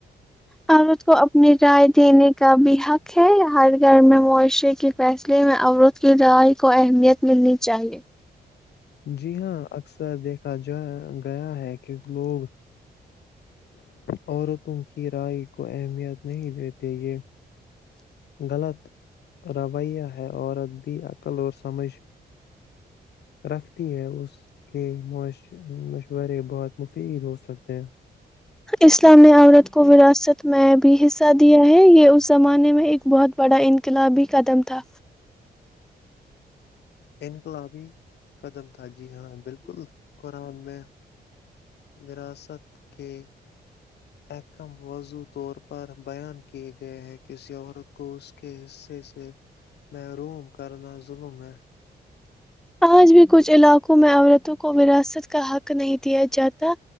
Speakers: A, in the centre; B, on the left.
A: عورت کو اپنی رائے دینے کا بھی حق ہے ہر گھر میں معاشرے کے فیصلے میں عورت کی رائے کو اہمیت ملنی چاہیے
B: جی ہاں اکثر دیکھا جا گیا ہے کہ لوگ عورتوں کی رائے کو اہمیت نہیں دیتے یہ غلط رویہ ہے عورت بھی عقل اور سمجھ رکھتی ہے اس کے مشورے بہت مفید ہو سکتے ہیں
A: اسلامی عورت کو وراثت میں بھی حصہ دیا ہے یہ اس اس زمانے میں ایک بہت بڑا انقلابی قدم تھا
B: انقلابی قدم تھا جی ہاں بالکل ن میں وراثت کے اییکم وضوود طور پر بیان کیے گئے ہیں کسی عورت کو اس کے حصے سے محروم کرنا ظلم ہے
A: آج بھی کچھ علاقوں میں عورتوں کو وراثت کا حق نہیں دیا جاتا